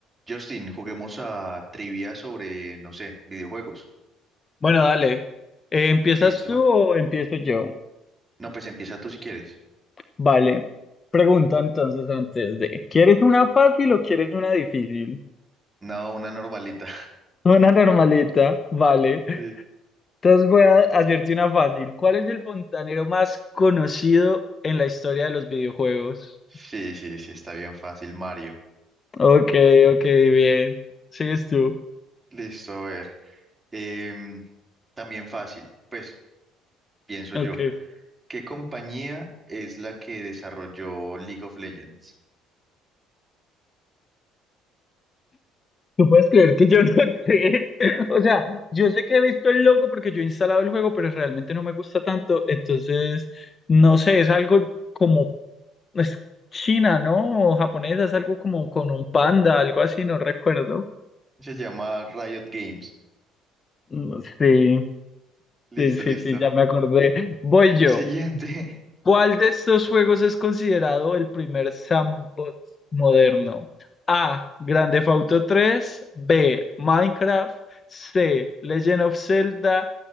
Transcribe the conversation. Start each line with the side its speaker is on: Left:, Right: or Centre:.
Right: Justin, juguemos a trivia sobre, no sé, videojuegos.
Left: Bueno, dale. Eh, ¿empiezas
Right: Listo.
Left: tú o empiezo yo?
Right: No, pues empieza tú si quieres.
Left: Vale. Pregunta entonces antes de, ¿quieres una fácil o quieres una difícil?
Right: No, una normalita.
Left: Una normalita, vale.
Right: <laughs>
Left: Entonces voy a hacerte una fácil. ¿Cuál es el fontanero más conocido en la historia de los videojuegos?
Right: Sí, sí, sí, sí, está bien fácil, Mario.
Left: Ok, ok, bien. Sigues tú.
Right: Listo, a ver. Em, también fácil, pues pienso
Left: Ok.
Right: yo. ¿Qué compañía es la que desarrolló League of Legends?
Left: ¿Tú puedes creer que yo no sé? <laughs> O sea, yo sé que he visto el logo porque yo he instalado el juego, pero realmente no me gusta tanto. Entonces, no sé, es algo como, es China, ¿no? O japonesa, es algo como con un panda, algo así, no recuerdo.
Right: Se llama Riot Games.
Left: Mm, Sí,
Right: Listo,
Left: sí, sí,
Right: listo.
Left: sí, ya me acordé. Voy yo.
Right: Siguiente.
Left: ¿Cuál de estos juegos es considerado el primer sandbox moderno? A. Grand Theft Auto 3. B. Minecraft. C. Legend of Zelda.